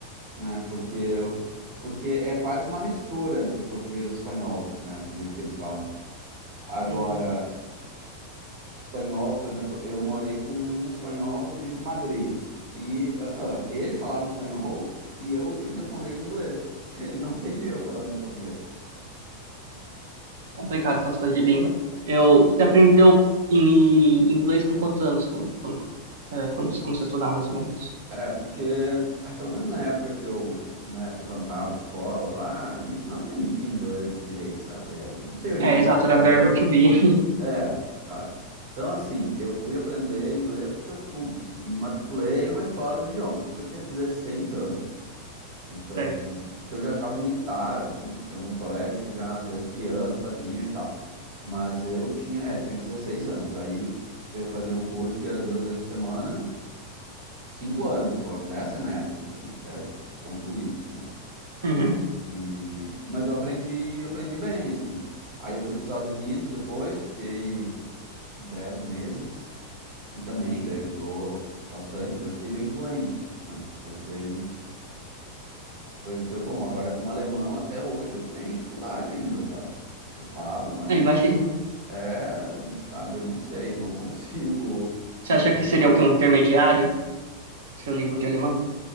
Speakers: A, on the right (about 40°); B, on the right (about 60°).
A: né? Porque, eu- porque é quase que uma mistura entre o português e o espanhol, né? O jeito que eles falam. Agora,
B: é
A: espanhol, por exemplo, eu morei com um espanhol de Madrid. E ah, ah, ele falava em espanhol e eu tinha que responder em inglês, porque ele não entendia eu falando em português.
B: complicado essas coisas de língua. Eu, você aprendeu em inglês com quantos anos, quando, quando, é, quando
A: Eu,
B: você começou a estudar, mais ou menos?
A: é, porque, ah, pelo menos na época que eu, né, frequentava a escola lá, a gente não aprendia inglês direito, sabe? É, não sei hoje
B: É,
A: em dia.
B: exato, era
A: Melhorou?
B: verbo to be, <laughs>
A: É, sabe? Então, assim, eu fui aprender inglês porque eu fui, matriculei numa escola de idioma. Isso eu tinha 16 anos. Então,
B: certo.
A: o que eu já achava meio tarde, assim, porque tinha alguns colegas que já desde criança faziam e tal. Mas eu tinha, é, tinha 16 anos. Aí eu fazia um curso que era duas vezes por semana, cinco anos foram, dez semestres, assim, até eu concluir, né?
B: Uhum.
A: E, mas eu aprendi, aprendi bem, assim. Aí eu fui para os Estados Unidos depois, fiquei 10 meses e também, daí ajudou bastante, daí eu fiquei bem fluente, né? Voltei Foi, foi bom. Agora, com o alemão, até hoje eu tenho dificuldade ainda, sabe? Eu falo, mas
B: Eu imagino.
A: é, sabe, eu não sei, eu não consigo <laughs>
B: Você
A: dizer
B: acha
A: que
B: que
A: eu
B: seria
A: sou.
B: o quê? Um intermediário? Seu nível de alemão?